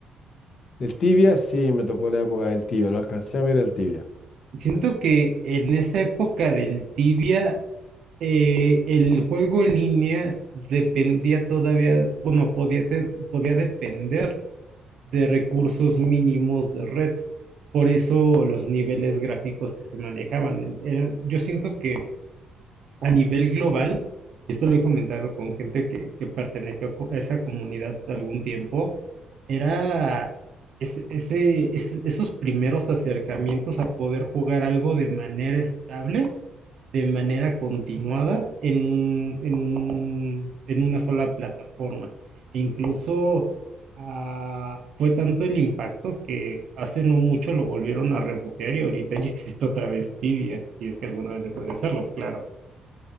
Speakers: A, on the left (about 55°); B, on the right (about 65°).
A: El Tibia, sí, me tocó la época del Tibia, lo alcancé a ver el Tibia.
B: Siento que en esa época del Tibia, eh, el juego en línea dependía todavía, bueno, podía, te- podía depender de recursos mínimos de red. Por eso los niveles gráficos que se manejaban. en- eran- yo siento que a nivel global, esto lo he comentado con gente que, que perteneció a co- a esa comunidad algún tiempo, Era ese, ese- es- esos primeros acercamientos a poder jugar algo de manera estable, de manera continuada, en un- en un- en una sola plataforma. E incluso ah, fue tanto el impacto que hace no mucho lo volvieron a rebotear y ahorita ya existe otra vez Tibia, si es que alguna vez dejó de serlo, claro.